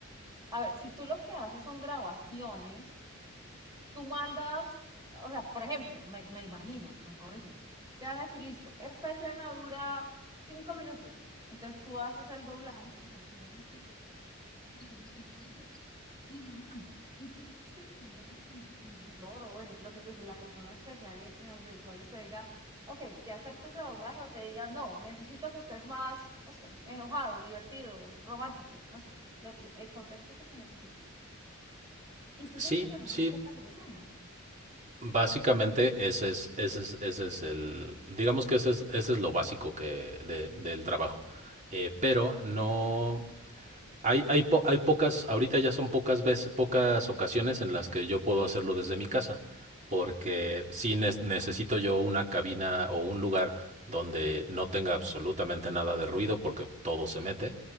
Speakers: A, on the right; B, on the right.
A: a ver, si tú lo que haces son grabaciones tú mandas, o sea, por ejemplo, me, me imagino, me corriges, te van a decir, listo, esta escena dura cinco minutos, entonces tú haces el doblaje, o sea, tú haces tu doblaje de cinco minutos y la mandas, y tienes que esperar a que el director o bueno, lo que tú dices, la persona especial en, en audiovisuales te diga, ok, te acepto ese doblaje o te diga, no, necesito que estés más, no sé, enojado, divertido, romántico, no sé, lo- lo- el contexto que se necesita. Y tú tienes
B: Sí,
A: que ganar
B: sí,
A: esa escena por escena.
B: básicamente ese es, ese es, ese es el, digamos que ese es, ese es lo básico que de- del trabajo, Eh, pero no, hay, hay, po- hay pocas, ahorita ya son pocas veces, pocas ocasiones en las que yo puedo hacerlo desde mi casa, porque sí ne- necesito yo una cabina o un lugar donde no tenga absolutamente nada de ruido, porque todo se mete.